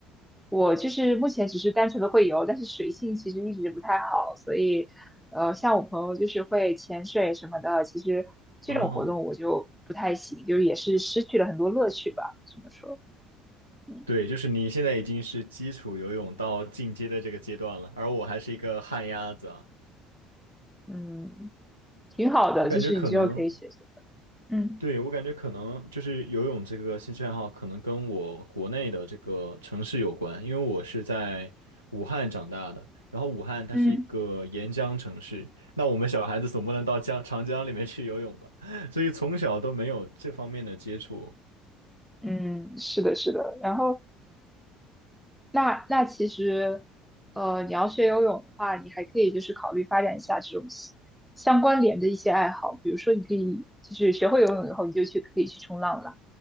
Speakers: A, in the centre; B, on the right.
A: 我就是目前只是单纯的会游，但是水性其实一直不太好，所以呃，像我朋友就是会潜水什么的，其实这种活动我就不太行，
B: 哦，
A: 就是也是失去了很多乐趣吧，只能说，嗯
B: 对，就是你现在已经是基础游泳到进阶的这个阶段了，而我还是一个旱鸭子啊。
A: 嗯挺好的，
B: 我感觉可能，
A: 就是你之后可以学学的，嗯。
B: 对，我感觉可能就是游泳这个兴趣爱好，可能跟我国内的这个城市有关，因为我是在武汉长大的，然后武汉它是一个沿江城市，
A: 嗯
B: 那我们小孩子总不能到江长江里面去游泳吧，<laughs> 所以从小都没有这方面的接触。
A: 嗯，是的，是的。然后，那那其实，呃，你要学游泳的话，你还可以就是考虑发展一下这种相相关联的一些爱好，比如说你可以就是学会游泳以后，你就去可以去冲浪了，